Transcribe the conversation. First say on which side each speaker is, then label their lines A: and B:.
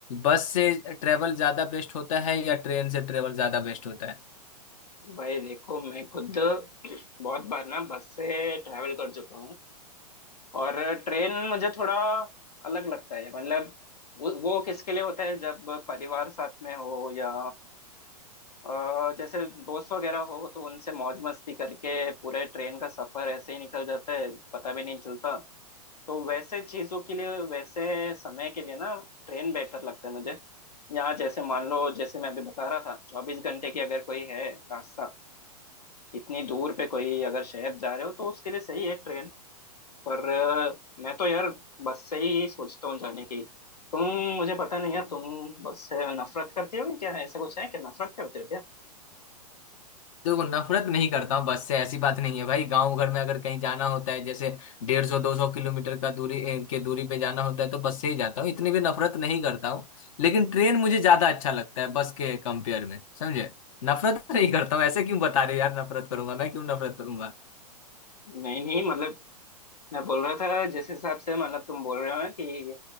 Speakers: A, on the left; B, on the left.
A: बस से ट्रेवल ज्यादा बेस्ट होता है या ट्रेन से ट्रेवल ज्यादा बेस्ट होता है
B: भाई देखो मैं खुद बहुत बार ना बस से ट्रैवल कर चुका हूँ और ट्रेन मुझे थोड़ा अलग लगता है मतलब वो वो किसके लिए होता है जब परिवार साथ में हो या अ, जैसे दोस्त वगैरह हो तो उनसे मौज मस्ती करके पूरे ट्रेन का सफर ऐसे ही निकल जाता है पता भी नहीं चलता तो वैसे चीजों के लिए वैसे समय के लिए ना ट्रेन बेहतर लगता है मुझे यहाँ जैसे मान लो जैसे मैं अभी बता रहा था चौबीस घंटे की अगर कोई है रास्ता इतनी दूर पे कोई अगर शहर जा रहे हो तो उसके लिए सही है ट्रेन पर अ, मैं तो यार बस से ही सोचता हूँ जाने की तुम मुझे पता नहीं यार तुम बस से नफरत करते हो क्या ऐसा कुछ है क्या नफरत करते हो क्या
A: देखो नफरत नहीं करता हूँ बस से ऐसी बात नहीं है भाई गांव घर में अगर कहीं जाना होता है जैसे डेढ़ सौ दो सौ किलोमीटर का दूरी ए, के दूरी पे जाना होता है तो बस से ही जाता हूँ इतनी भी नफरत नहीं करता हूँ लेकिन ट्रेन मुझे ज्यादा अच्छा लगता है बस के कंपेयर में समझे नफरत नहीं करता हूँ ऐसे क्यों बता रहे हो यार नफरत करूंगा मैं क्यों नफरत करूंगा
B: नहीं नहीं मतलब मैं बोल रहा था जिस हिसाब से मतलब तुम बोल रहे हो ना कि